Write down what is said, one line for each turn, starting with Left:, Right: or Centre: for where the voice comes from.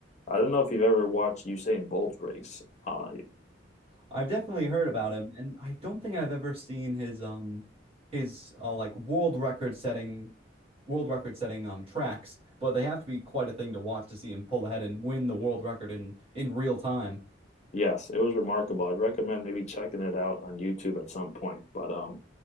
Left: I don't know if you've ever watched Usain Bolt race. Uh,
Right: I've definitely heard about him, and I don't think I've ever seen his um his uh, like world record setting world record setting um tracks, but they have to be quite a thing to watch to see him pull ahead and win the world record in in real time.
Left: yes, it was remarkable. I'd recommend maybe checking it out on YouTube at some point. But um,